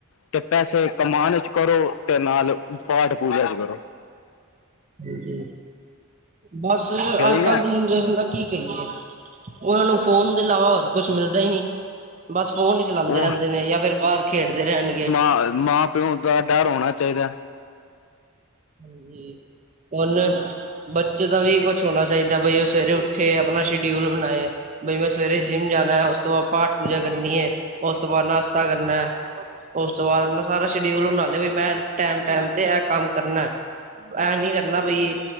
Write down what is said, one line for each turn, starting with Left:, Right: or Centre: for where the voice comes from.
Left: ਤੇ ਪੈਸੇ ਕਮਾਉਣ ਚ ਕਰੋ ਤੇ ਨਾਲ ਪਾਠ ਪੂਜਾ ਚ ਕਰੋ।
Right: ਹਾਂਜੀ ਬਸ
Left: ਸਹੀ
Right: ਅੱਜ
Left: ਨਾ
Right: ਕੱਲ੍ਹ ਦੀ ਜਨਰੇਸ਼ਨ ਦਾ ਕੀ ਕਹੀਏ ਉਹਨਾਂ ਨੂੰ ਫੋਨ ਦੇ ਇਲਾਵਾ ਹੋਰ ਕੁਛ ਮਿਲਦਾ ਹੀ ਨਹੀਂ ਬਸ ਫੋਨ ਹੀ ਚਲਾਉਂਦੇ
Left: ਉਹ
Right: ਰਹਿੰਦੇ ਨੇ ਜਾਂ ਫਿਰ ਬਾਹਰ ਖੇਡਦੇ ਰਹਿਣਗੇ।
Left: ਔਰ ਮਾਂ ਪਿਉ ਦਾ ਡਰ ਹੋਣਾ ਚਾਹੀਦਾ।
Right: ਹਾਂਜੀ ਹੁਨ। ਬੱਚੇ ਦਾ ਵੀ ਕੁਛ ਹੋਣਾ ਚਾਹੀਦਾ ਬਈ ਉਹ ਸਵੇਰੇ ਉੱਠੇ ਆਪਣਾ ਸ਼ਡਿਊਲ ਬਣਾਏ। ਕਈ ਵਾਰ ਸਵੇਰੇ ਜਿੰਮ ਜਾਣਾ ਹੈ ਉਸ ਤੋਂ ਬਾਅਦ ਪਾਠ ਪੂਜਾ ਕਰਨੀ ਹੈ ਉਸ ਤੋਂ ਬਾਅਦ ਨਾਸ਼ਤਾ ਕਰਨਾ ਹੈ। ਉਸ ਤੋਂ ਬਾਅਦ ਆਪਣਾ ਸਾਰਾ ਸ਼ਡਿਊਲ ਬਣਾ ਲਏ ਬਈ ਮੈਂ ਟੈਨ ਟੈਮ ਤੇ ਇਹ ਕੰਮ ਕਰਨਾ ਐਂ ਨੀ ਕਰਨਾ ਬਈ